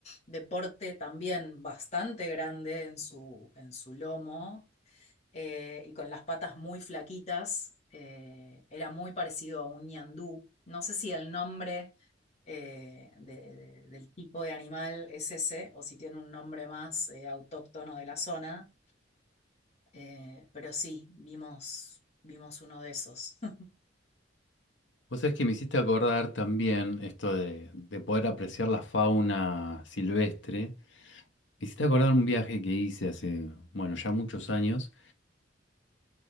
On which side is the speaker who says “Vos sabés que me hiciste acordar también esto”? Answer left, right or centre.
Left